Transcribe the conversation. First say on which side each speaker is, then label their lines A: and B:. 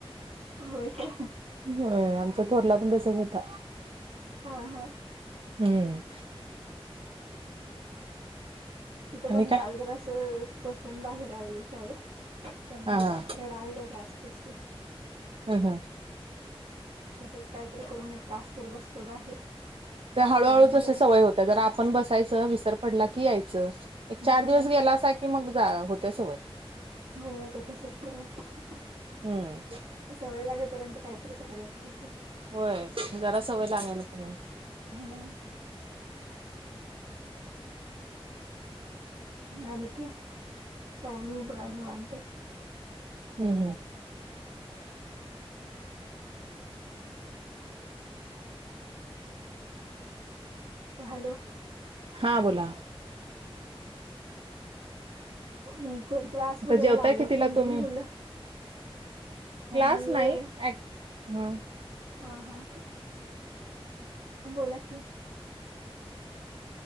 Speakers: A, on the right; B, on the right.
A: होय काय?
B: होय आमचा थोरला पण तसच होता.
A: हा हा
B: हम्म.
A: तिथं
B: आणि
A: पण
B: काय?
A: काल जरा असं बसवून बाहेर आलेलो शाळेत. पण
B: हा हा
A: रडायलता जास्तच त्यो.
B: हम हम.
A: तसंच काहीतरी करून एक तासभर बसतो बाहेर
B: त्या हळूहळूच
A: मॅडम
B: असं
A: जरा
B: सवय होतीया जरा आपण बसायचं विसर पडला की यायचं. चार
A: हम्म
B: दिवस गेलासा की मग जा होत्या सवय.
A: हो आता तस करायचय
B: हम्म
A: सवय लागेपर्यंत काहीतरी करायलाच पाहिजे.
B: होय जरा सवय लागायला पा
A: हंं. आणि काय काय नाही बघा निवांत आहे
B: हम्म.
A: हॅलो
B: हा बोला
A: म कु क्लास
B: आता
A: वगैरे
B: जेवताय
A: लावल्यात
B: कितीला
A: काही नाही
B: तुम्ही?
A: मुलं
B: क्लास
A: मी
B: नाही
A: होय
B: ऍ हा
A: हा हा बोला की